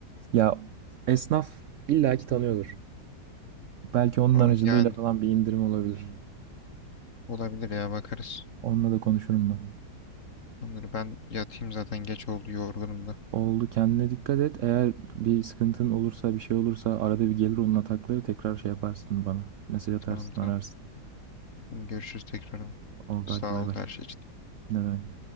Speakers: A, on the right; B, on the left.
A: Ya esnaf illaki tanıyordur. Belki onun
B: O-
A: aracılığıyla
B: Yani
A: falan bir indirim olabilir.
B: olabilir ya bakarız.
A: Onunla da konuşurum ben.
B: Tamamdır ben yatayım zaten geç oldu yorgunum da.
A: Oldu kendine dikkat et. Eğer bir sıkıntın olursa bir şey olursa arada bir gelir onun atakları tekrar şey yaparsın bana. Mesaj atarsın
B: Tamam tamam.
A: ararsın.
B: Görüşürüz tekrar.
A: Oldu
B: Sağ
A: hadi bay
B: ol
A: bay.
B: her şey için.
A: Ne demek.